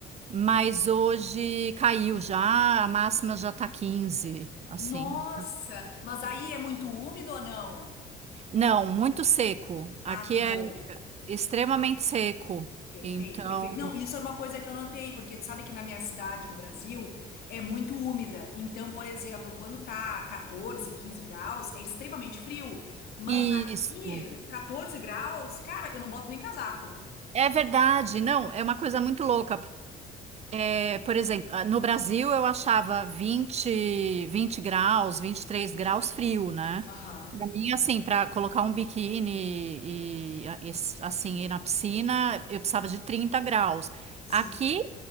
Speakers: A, on the right; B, on the left.
A: mas hoje caiu já, a máxima já tá 15, assim.
B: Nossa, mas aí é muito úmido ou não?
A: Não, muito seco. Aqui
B: Ah, que bom.
A: é extremamente seco.
B: Perfeito,
A: Então,
B: perfeito. Não, isso é uma coisa que eu notei, porque tu sabe que na minha cidade, no Brasil, é muito úmida. Então, por exemplo, quando tá catorze quinze graus, é extremamente frio. Mas
A: isso.
B: aqui, 14 graus, cara, eu não boto nem casaco.
A: É verdade, não, é uma coisa muito louca. É, por exemplo, ah, no Brasil eu achava 20, 20 graus, 23 graus frio, né?
B: Aham,
A: Para mim, assim, para colocar um biquíni e, e, assim ir na piscina, eu precisava de 30 graus.
B: sim.
A: Aqui